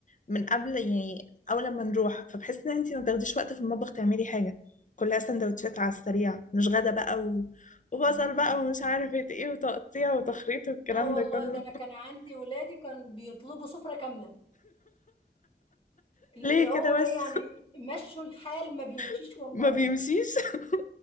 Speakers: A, on the left (about 45°); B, on the left (about 30°).
A: من قبل يعني أول لما نروح فبحس إن أنتي ما بتاخديش وقت في المطبخ تعملي حاجة كلها سندوتشات على السريع مش غدا بقى و... وبصل بقى ومش عارفة ايه وتقطيع وتخريط والكلام
B: لا والله
A: ده كله
B: ده أنا كان عندي ولادي كان بيطلبوا سفرة كاملة
A: <laughs>
B: اللي
A: ليه
B: هو
A: كده
B: ايه
A: بس
B: يعني مشوا الحال ما بيمشيش
A: <laughs>
B: والله
A: ما بيمشيش <laughs>